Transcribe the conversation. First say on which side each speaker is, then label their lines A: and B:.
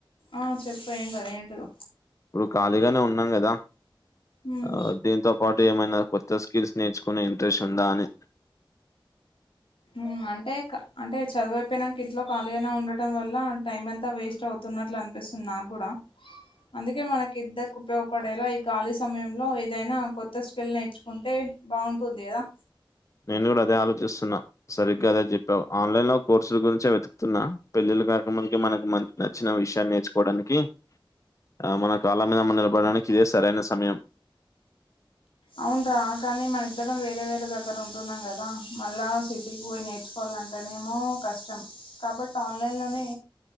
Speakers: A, on the left (about 80°); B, on the left (about 35°).
A: ఆ చెప్ప ఏం కాదు ఏంటిదొ
B: ఇప్పుడు ఖాళీగానే ఉన్నాం కదా
A: ఉమ్
B: ఆ దీంతో పాటు ఏమైనా కొత్త స్కిల్స్ నేర్చుకునే ఇంట్రెస్ట్ ఉందా అని
A: ఉం అంటే అంటే చదువైపోయినాక ఇంట్లో ఖాళీ గానే ఉండటం వల్ల టైం అంతా వేస్ట్ అవుతుంది న్నట్లు అనిపిస్తుంది నాకు కూడా అందుకే మనకి ఇద్దరికి ఉపయోగపడేలా ఈ ఖాళీ సమయంలో ఏదైనా కొత్త స్కల్ నేర్చుకుంటే బావుంటుంది కదా
B: నేను కూడా అదే ఆలోచిస్తున్నా సరిగ్గా అదే చెప్పావు ఆన్లైన్ లో కోర్సుల గురించే వెతుకుతున్న పెళ్ళి కాక మునకే మనకు మ నచ్చిన విషయాలు నేర్చుకోవడానికి ఆ మన కాళ మీద మన నిలబడడానికి ఇదే సరైన సమయం
A: అవున రా కానీ మన ఇద్దరం వేరే వేరే ద దగ్గర ఉంటున్నాం కదా మళ్ళా సిటీకి పోయి నేర్చుకోవాలింటేనేమో కష్టం కాబట్టి ఆన్లైన్ లోనే